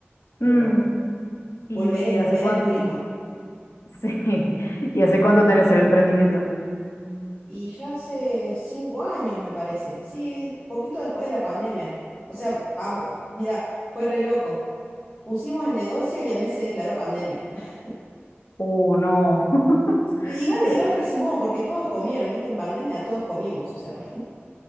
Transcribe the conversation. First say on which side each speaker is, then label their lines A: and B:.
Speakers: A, on the left (about 20°); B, on the left (about 80°).
A: Pero
B: Mm, ¿y
A: volveré,
B: hace
A: volveré
B: cuánto?
A: al turismo.
B: <laughs> Sí, ¿y hace cuánto tenés el emprendimiento?
A: Y ya hace cinco años, me parece. Sí, poquito después de la pandemia. O sea, a- mira, fue re loco. Pusimos el negocio y al mes se declaró pandemia. <laughs>
B: Uh, no. <laughs>
A: Igual,
B: Te-
A: igual resumó, porque todos comieron, ¿viste? En pandemia todos comimos, o sea. <laughs>